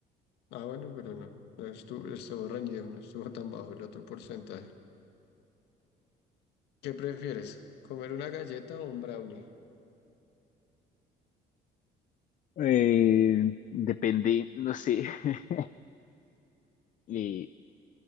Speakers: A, on the left (about 80°); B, on the left (about 50°).
A: Ah, bueno, pero no, no estuvo, estuvo reñido, no estuvo tan bajo el otro porcentaje. ¿Qué prefieres? ¿Comer una galleta o un brownie?
B: Eh, depende, no sé. <laughs> Eh,